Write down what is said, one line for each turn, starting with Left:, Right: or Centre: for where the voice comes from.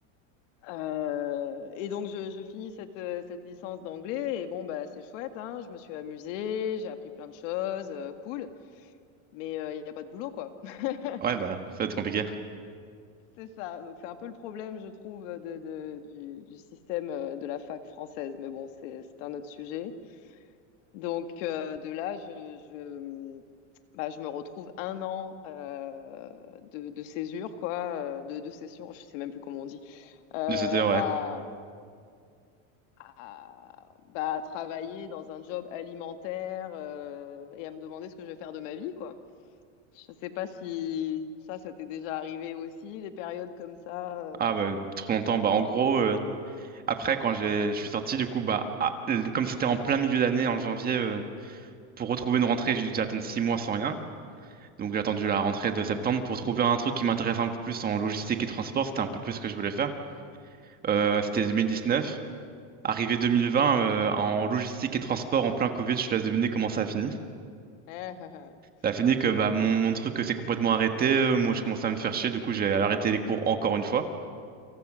Left: Euh, et donc je, je finis cette, euh, cette licence d'anglais et bon bah c'est chouette hein, je me suis amusée, j'ai appris plein de choses, euh, cool, mais il n'y a pas de boulot quoi. <laughs>
Right: Ouais bah ça va être compliqué.
Left: C'est ça. Donc, c'est un peu le problème, je trouve, de, de- du, du système euh, de la fac française. Mais bon, c'est, c'est un autre sujet. Donc, euh, de là, je, je, bah, je me retrouve un an euh, de, de césure, quoi, euh, de, de césure, je sais même plus comment on dit, euh,
Right: De cette heure
Left: à,
Right: ouais.
Left: à, bah, à travailler dans un job alimentaire euh, et à me demander ce que je vais faire de ma vie, quoi. Je sais pas si ça, ça t'est déjà arrivé aussi, des périodes comme ça.
Right: Ah bah trop longtemps bah en gros euh, Après, quand j'ai, je suis sorti, du coup, bah, ah, le- comme c'était en plein milieu d'année, en janvier, euh, pour retrouver une rentrée, j'ai dû attendre six mois sans rien. Donc, j'ai attendu la rentrée de septembre pour trouver un truc qui m'intéresse un peu plus en logistique et transport. C'était un peu plus ce que je voulais faire. Euh, c'était 2019. Arrivé 2020, euh, en logistique et transport, en plein Covid, je te laisse deviner comment ça a fini.
Left: euh. <laughs>
Right: Ça a fini que bah, mon, mon truc euh, s'est complètement arrêté. Euh, moi, je commençais à me faire chier. Du coup, j'ai arrêté les cours encore une fois.